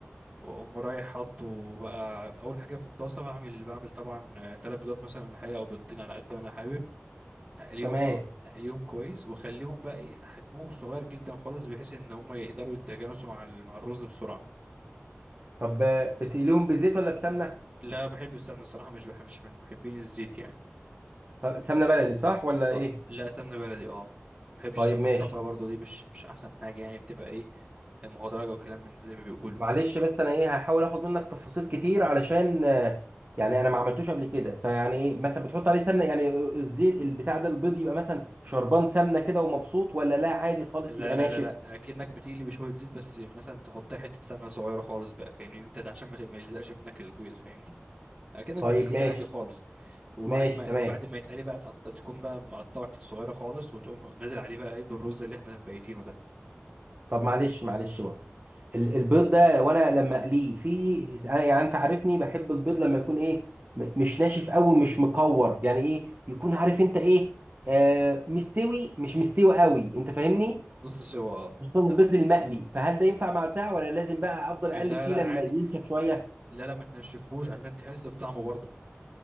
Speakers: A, on the right (about 20°); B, on the right (about 45°).
A: واقوم رايح حاطه بقى في اول حاجه في الطاسه بعمل بعمل طبعا آه، تلات بيضات مثلا ولا حاجه او بيضتين على قد ما انا حابب اقليهم
B: تمام
A: كو... اقليهم كويس واخليهم بقى ايه حجمهم صغير جدا خالص بحيث ان هم يقدروا يتجانسوا مع ال... مع الرز بسرعه
B: طب آه، بتقليهم بزيت ولا بسمنة؟
A: لا بحب السمنه الصراحه مش بحب مش من محبين الزيت يعني
B: طب سمنة بلدي صح ولا
A: اه
B: ايه؟
A: لا سمنه بلدي اه ما بحبش
B: طيب
A: السمنه
B: ماشي
A: الصفرا برضو دي مش مش احسن حاجه يعني بتبقى ايه مهدرجه وكلام من زي ما بيقولوا
B: معلش بس انا ايه هحاول اخد منك تفاصيل كتير علشان آه، يعني انا ما عملتوش قبل كده فيعني ايه مثلا بتحط عليه سمنه يعني الزيت البتاع ده البيض يبقى مثلا شربان سمنه كده ومبسوط ولا لا عادي خالص
A: لا
B: يبقى
A: لا
B: ناشف
A: لا لا اكنك بتقلي بشويه زيت بس مثلا تحط حته سمنه صغيره خالص بقى فاهمني إن انت عشان ما ت- ما يلزقش منك البيض فاهمني اكنك
B: طيب
A: بتقليه
B: ماشي
A: عادي خالص وبعد
B: ماشي
A: ما
B: تمام
A: بعد ما يتقلي بقى تقط... تكون بقى مقطعه حته صغيره خالص وتقوم نازل عليه بقى ايه بالرز اللي احنا مبيتينه ده
B: طب معلش معلش برضه ال- البيض ده وانا لما اقليه في أنا- يعني انت عارفني بحب البيض لما يكون ايه م- مش ناشف قوي مش مقور يعني ايه يكون عارف انت ايه آه مستوي مش مستوي قوي انت فاهمني
A: نص سوا اه
B: خصوصا البيض المقلي فهل ده ينفع مع بتاع ولا لازم بقى افضل
A: لا
B: اقلب فيه
A: لا
B: لما
A: عادي
B: ينشف شويه
A: لا لا ما تنشفهوش عشان تحس بطعمه برضه